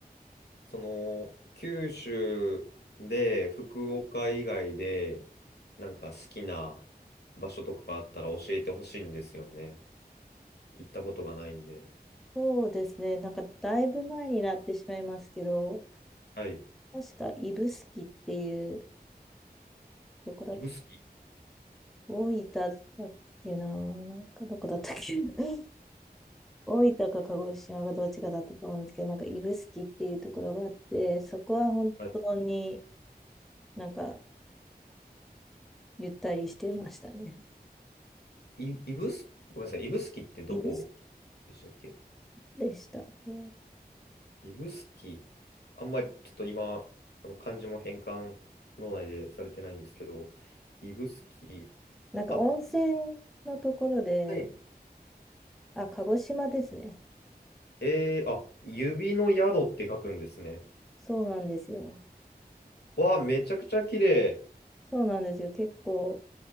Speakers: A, on the left; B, in the centre.
A: その、九州で、福岡以外で、なんか好きな場所とかあったら教えてほしいんですよね。行ったことがないんで。
B: そうですね、なんかだいぶ前になってしまいますけど、
A: はい。
B: 確か指宿っていう、どこだった、
A: 指宿。
B: 大分だったっけな、なんかどこだったっけ。<laughs> 大分か鹿児島がどっちかだったと思うんですけど、なんか指宿っていうところがあって、そこは本当に
A: はい。
B: なんかゆったりしてましたね。<laughs>
A: い、指宿、ごめんなさい。指宿ってどこ
B: 指宿
A: でしたっけ
B: でしたっけ
A: 指宿、あんまりちょっと今、その漢字も変換、脳内でされてないんですけど、指宿、
B: なんか温泉
A: あ、
B: のところで、
A: はい。
B: あ、鹿児島ですね。
A: えー、あ、指の宿って書くんですね。
B: そうなんですよ。
A: わあ、めちゃくちゃ綺麗。
B: そうなんですよ。結構